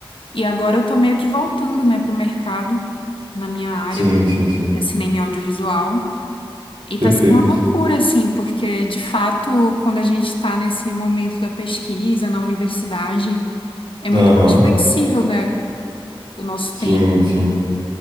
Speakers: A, on the left (about 65°); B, on the right (about 60°).
A: e agora eu tô meio que voltando, né, pro mercado na minha área,
B: Sim,
A: que
B: sim, sim.
A: é que é cinema e audiovisual. E
B: Perfeito.
A: tá sendo uma loucura, assim, porque de fato, quando a gente tá nesse momento da pesquisa na universidade, é muito
B: Aham.
A: mais flexível, né? o nosso
B: Sim,
A: tempo.
B: sim.